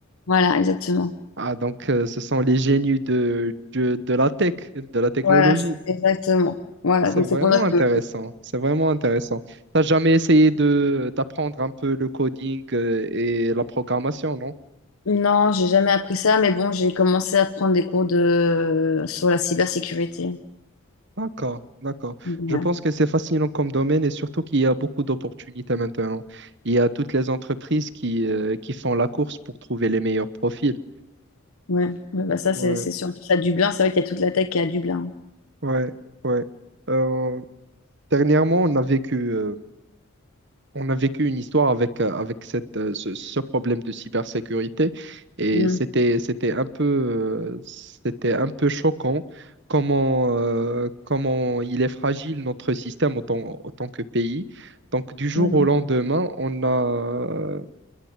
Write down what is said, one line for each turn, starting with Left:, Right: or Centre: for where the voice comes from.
Left: Voilà, exactement.
Right: Ah, donc, euh, ce sont les génies de, de, de la tech, de la technologie.
Left: Voilà, c'est- exactement. Voilà,
Right: C'est
Left: donc
Right: vraiment
Left: c'est pour ça que
Right: intéressant. C'est vraiment intéressant. T'as jamais essayé de d'apprendre un peu le coding euh, et la programmation, non?
Left: non, j'ai jamais appris ça, mais bon, j'ai commencé à prendre des cours de sur la cybersécurité.
Right: D'accord, d'accord.
Left: Ouais.
Right: Je pense que c'est fascinant comme domaine et surtout qu'il y a beaucoup d'opportunités maintenant. Il y a toutes les entreprises qui, euh, qui font la course pour trouver les meilleurs profils.
Left: Ouais, ouais, bah ça,
Right: Ouais,
Left: c'est c'est sûr. En plus, à Dublin, c'est vrai qu'il y a toute la tech qui est à Dublin.
Right: ouais, ouais. Euh, dernièrement, on a vécu, euh, on a vécu une histoire avec, euh, avec cette, euh, ce, ce problème de cybersécurité et
Left: Mm,
Right: c'était, c'était un peu, euh, c'était un peu choquant comment, euh, comment il est fragile notre système en tant, en tant que pays. Donc du jour
Left: mm,
Right: au lendemain, on a,